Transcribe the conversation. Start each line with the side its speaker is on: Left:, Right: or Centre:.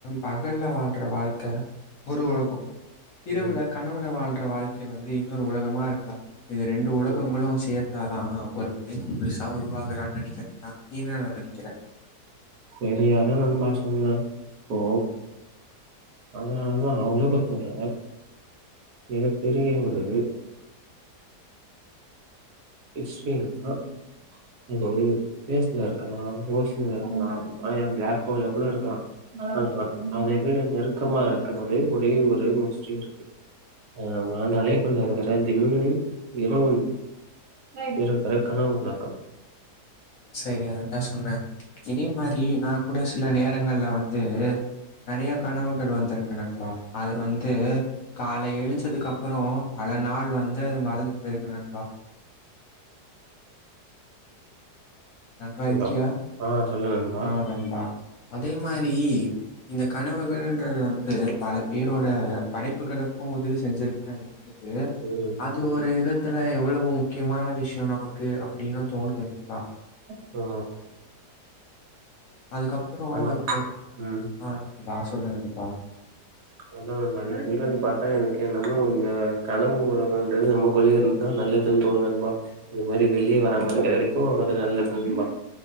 Left: பகல்ல வாழ்ற வாழ்க்க ஒரு உலகோ இரவுல
Right: ம்
Left: கனவுல வாழ் ற வாழ்க்க வந்து இன்னொரு உலகமா இருக்குடா இது ரெண்டு உலகங்களு
Right: ம்
Left: சேந்தாதா ஒரு மேகம் முழுசா உருவாகுறான் நெனைக்கிற ஆ ஈனா வந்து நிக்கிற
Right: சரியாதா நண்பா சொன்ன போ அதனாலதா அவுங்லகத்தோட மிக பெரிய ஒரு இட்ஸ் மீ அ அது ஸ்பேஸ்ல இருக்கலாம ஓஷன்ல இருக்கலா அ ஏன் பிலாக் ஹோல்ல கூட இருக்கலா ஆ அத விட நெருக்கமா இருக்கறதே ஒரே ஒரு முஸ்டி இருக்கு <unintelligible> இருகருக்கான உலகம்
Left: சரியாதான்டா சொன்ன இதே மாரி நா கூட சில நேரங்கள்ல வந்து நெறையா கனவுகள் வந்துருக்கு நண்பா அது வந்து காலை எழுஞ்சதுக்கப்பறோ பல நாள் வந்து அது மற ந்திருக்கு நண்பா நண்பா
Right: ஹலோ
Left: இருக்கியா
Right: ஆ சொல்லு நண்
Left: ஆ நண்பா அதே மாரி இந்த கனவுகள்ன்றது வந்து பல பேரோட படைப்புகளுக்கு உதவி செஞ்சிருக்குன்னு நெனைக்கும்போது
Right: ம்
Left: அது
Right: ம்
Left: ஒரு விதத்துல எவ்வளவு முக்கியமான விஷ் இவ நமக்கு அப்டின்னு தோணுது நண்பா
Right: ஆ
Left: அதுக்கப்றோ
Right: ஆனா
Left: இந்த
Right: ம்
Left: ஆ நண்பா சொல்லு நண்பா
Right: அதா நண்பா நீ சொல்றது பாத்தா எனக்கு என்னமோ இந்த கனவு உலகன்றது நம் குள்ளயே இருந்தா நல்லதுன்னு தோணுது நண்பா இந்த மாரி வெளிய வராம இருக்கற வரைக்கு அது நல்லது நண்பா